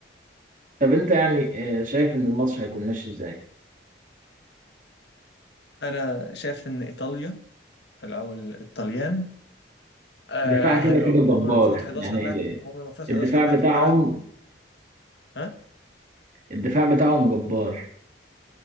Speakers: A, on the right; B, on the left.
A: طب أنت يعني آه، شايف إن الماتش هيكون ماشي إزاي؟
B: انا شايف ان ايطاليا او ال- الطليان آه
A: الدفاع كده
B: هي-
A: كده جبار
B: هم المفروض 11
A: يعني
B: لاعب
A: ال-
B: هم المفروض
A: الدفاع
B: 11 لاعب
A: بتاعهم
B: في الملعب ها
A: الدفاع بتاعهم جبار